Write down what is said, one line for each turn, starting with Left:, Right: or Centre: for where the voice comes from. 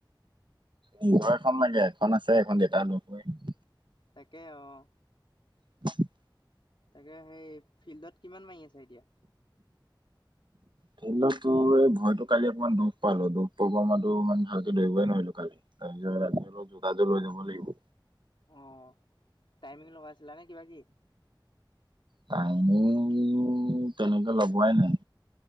Right: নিজৰ এখন লাগে এখন আছে এখন দেতাই লৈ যায়।
Left: তাকে অ'।
Right: উ <unintelligible>
Left: তাকে সেই ফিল্ডত কিমান মাৰি আছে এতিয়া।
Right: ফিল্ডত তোৰ এই ভৰিতো কালি অকণমান দুখ পালো, দুখ পোৱাৰ পা মানুহতো ইমান ভালকে দৌৰিবই নোৱাৰিলো কালি। কালিলৈ ৰাতিপুৱা জোতা যোৰ লে যাব লাগিব।
Left: অ' টাইমিং লগাইছিলা নে কিবা কি?
Right: টাইমিং তেনেকে লগোৱাই নাই।